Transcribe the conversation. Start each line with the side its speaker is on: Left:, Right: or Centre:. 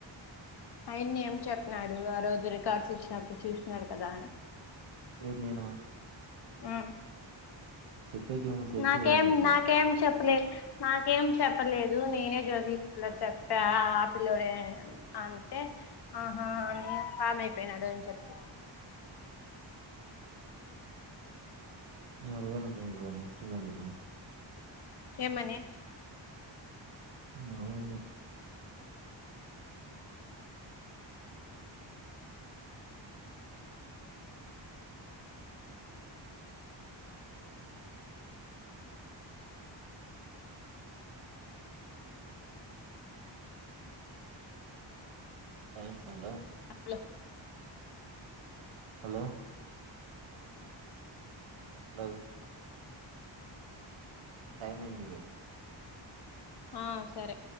Left: ఆయిన్ని ఏం చెప్పినాడు ఆ రోజు రికార్డ్స్ ఇచ్చినప్పుడు చూసినాడు కదా
Right: ఎవరు నేనా
Left: ఆ
Right: చెప్పేకేమో తెలుసు
Left: నాకేం
Right: కదా అని చెప్పాల
Left: నాకేం చెప్పలే నాకేం చెప్పలేదు నేనే జ్యోగిలా చెప్పా ఆ పిల్లోడే అంటే ఆ ఆని కామ్ అయినాడు అని చెప్తే
Right: నే అడగాలంటను ఇప్పుడువాని శ్రీనాథ్ కాగాని
Left: ఏమని
Right: మాములుగె ఏంటి మల్లా
Left: హలో
Right: హలో హలో లగు టై మైనంది జుడు
Left: ఆ సరే